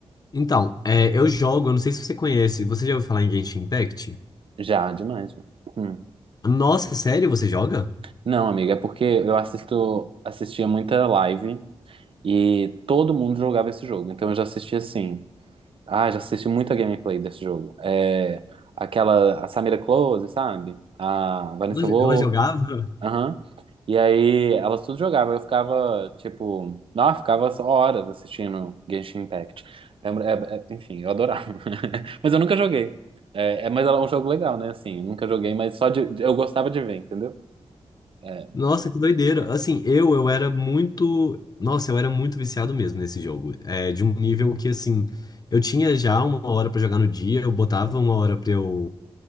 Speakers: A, on the left; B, on the right.
A: Então, é, eu jogo, eu não sei se você conhece, você já ouviu falar em Genshin Impact?
B: Já, demais, velho. Hum.
A: Nossa, sério, você joga?
B: Não, amiga, é porque eu assisto, assistia muita live e todo mundo jogava esse jogo. Então eu já assisti assim. Ah, já assisti muita gameplay desse jogo. É, aquela, a Samira Close, sabe? A Vanessa
A: Ela jo-
B: Wolff.
A: ela jogava?
B: Aham. E aí elas tudo jogavam. Eu ficava, tipo, nossa, ficava horas assistindo Genshin Impact. É, é, é, enfim, eu adorava. <laughs> Mas eu nunca joguei. É, é, mas é um jogo legal, né? Assim, eu nunca joguei, mas só de, de- eu gostava de ver, entendeu? É,
A: Nossa, que doideira. Assim, eu, eu era muito. Nossa, eu era muito viciado mesmo nesse jogo. É, de um nível que, assim, eu tinha já uma hora pra jogar no dia, eu botava uma hora pra eu.